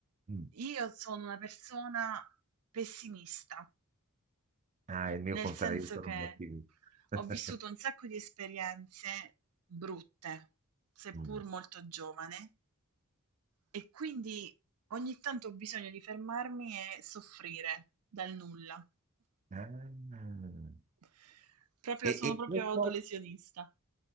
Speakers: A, on the right; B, on the right.
A: Mm.
B: Io sono una persona pessimista,
A: Ah, è il mio
B: nel
A: contrario,
B: senso
A: io sono
B: che
A: un ottimista. <laughs>
B: ho vissuto un sacco di esperienze brutte, seppur
A: Mm.
B: molto giovane. E quindi ogni tanto ho bisogno di fermarmi e soffrire dal nulla.
A: Ah.
B: <laughs> Proprio,
A: E,
B: sono
A: e
B: proprio
A: questo,
B: autolesionista.